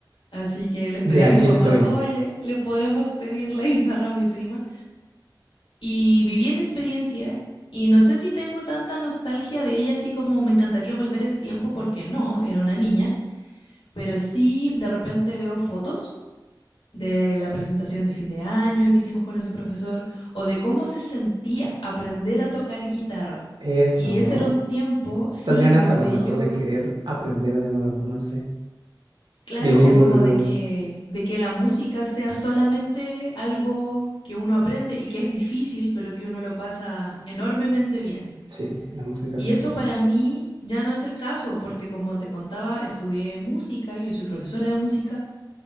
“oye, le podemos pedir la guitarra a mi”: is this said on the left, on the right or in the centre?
Left